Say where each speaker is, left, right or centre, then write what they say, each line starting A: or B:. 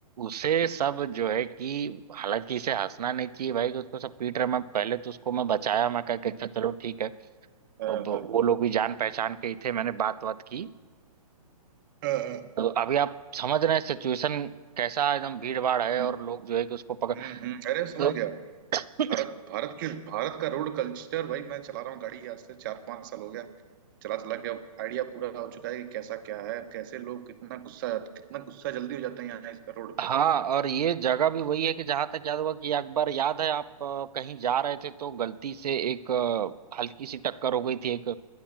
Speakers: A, on the right; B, on the right.
A: उसे सब जो है कि हालांकि इसे हंसना नहीं चाहिए भाई कि उसको सब पीट रहे मैं पहले तो उसको मैं बचाया मैं कहा कि अच्छा चलो ठीक है
B: हाँ,
A: अब वो
B: हाँ,
A: लोग भी जान पहचान के ही थे मैंने बात बात की
B: हाँ, हाँ,
A: तो अभी आप समझ रहे हैं सिचुएशन कैसा एकदम भीड़ भाड़ है
B: हम्म,
A: और लोग जो है कि उसको पकड़
B: हम्म, हम्म, अरे समझ
A: तो
B: गया
A: <clears throat>
B: भारत भारत की भारत का रोड कल्चर भाई मैं चला रहा हूँ गाड़ी आज से चार पांच साल हो गया चला चला के अब आइडिया पूरा हो चुका है कि कैसा क्या है कैसे लोग कितना गुस्सा कितना गुस्सा जल्दी हो जाते हैं यहाँ इस पे रोड
A: हाँ
B: पे
A: और ये जगह भी वही है कि जहां तक याद होगा कि एक बार याद है आप अ, कहीं जा रहे थे तो गलती से एक अ, हल्की सी टक्कर हो गई थी एक